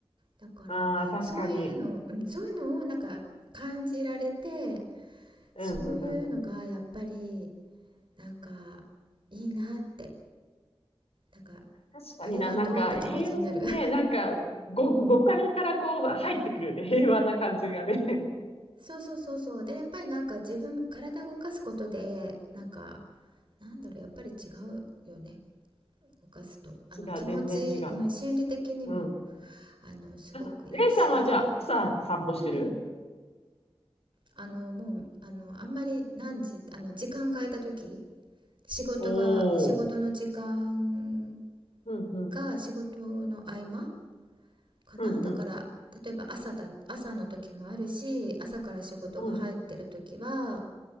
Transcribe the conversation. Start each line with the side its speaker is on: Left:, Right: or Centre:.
Right: だからそういうの、
Left: ああ、確かに。
Right: うん、そういうのをなんか感じられて
Left: うん、
Right: そういうのがやっぱり
Left: うん。
Right: なんかいいなってなんか
Left: 確かにな、
Right: ありがとうって気持ちになる
Left: なんか平和にね、なんかご、五感からこう入ってくるね、平和な感じがね。<laughs>
Right: <laughs> そうそうそうそうでやっぱりなんか自分体動かすことでなんかなんだろうやっぱり違うよね動かすとあの気持ち、
Left: 違う、全然違う。
Right: うん、心理的にも
Left: うん。
Right: あのすごくいいし、
Left: あ、レイさんはじゃあ、さ、散歩してる
Right: うん、あのもうあのあんまり何時あの時間が空いた時仕事が仕事の時間
Left: おー。うん、うん、
Right: が仕事の合間かなだから例えば朝だ朝の時もあるし朝から仕事が入ってる時は
Left: うん、うん、うん。